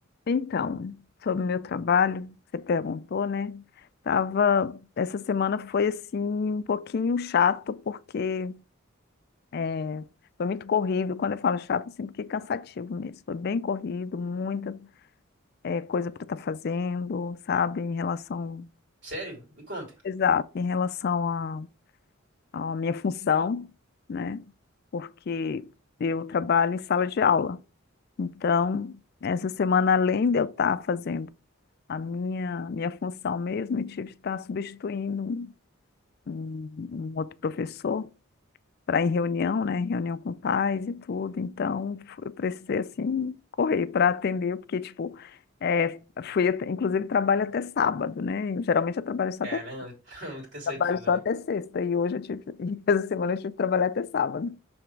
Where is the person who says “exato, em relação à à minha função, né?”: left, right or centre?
Left